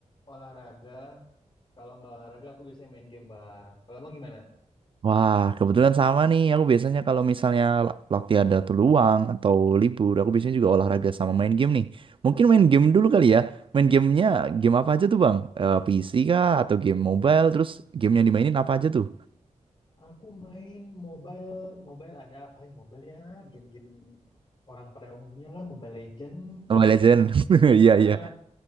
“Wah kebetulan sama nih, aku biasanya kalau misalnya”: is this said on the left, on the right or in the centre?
Right